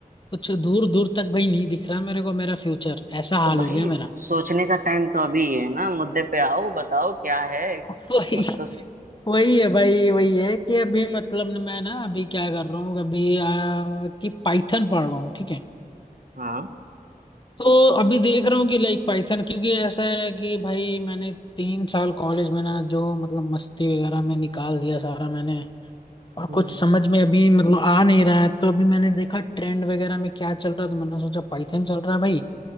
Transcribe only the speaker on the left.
कुछ दूर दूर तक भाई नहीं दिख रहा मेरे को मेरा फ्यूचर ऐसा
हाल
हो गया मेरा
<laughs>
वही वही है भाई वही है कि अभी मतलब न मैं ना अभी क्या कर रहा हूँ अभी आ, कि पाइथन पढ़ रहा हूँ ठीक है
तो अभी देख रहा हूँ कि लाइक पाइथन क्योंकि ऐसा है कि भाई मैंने तीन साल कॉलेज में ना जो मतलब मस्ती वगैरह में निकाल दिया सारा मैंने और
कुछ समझ में अभी मतलब आ नहीं रहा है तो अभी मैंने देखा ट्रेंड वगैरह में क्या चल रहा है तो मैंने सोचा पाइथन चल रहा है भाई